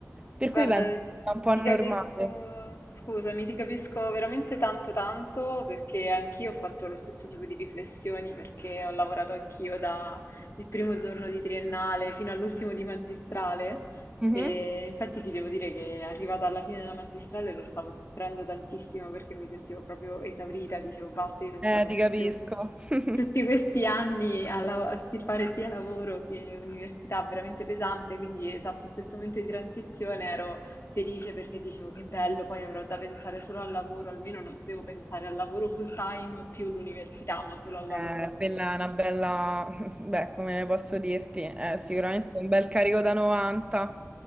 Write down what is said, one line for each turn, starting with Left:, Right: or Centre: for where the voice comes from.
Right: Per
Left: Guarda,
Right: cui penso che sia un po'
Left: ti
Right: normale.
Left: capisco, scusami, ti capisco veramente tanto tanto perché anch'io ho fatto lo stesso tipo di riflessioni perché ho lavorato anch'io dal primo giorno di triennale fino all'ultimo di magistrale
Right: Mhm.
Left: e infatti ti devo dire che arrivata alla fine della magistrale lo stavo soffrendo tantissimo perché mi sentivo proprio esaurita, dicevo basta, io non
Right: Eh,
Left: ce la faccio
Right: ti capisco.
Left: più.
Right: <laughs>
Left: Tutti questi anni a lav- a si- fare sia lavoro che università veramente pesante, quindi esatto, in questo momento di transizione ero felice perché dicevo che bello, poi avrò da pensare solo al lavoro, almeno non devo pensare al lavoro full time più l'università, ma solo al lavoro.
Right: Eh, quella è una bella, <laughs> beh, come posso dirti, è sicuramente un bel carico da 90.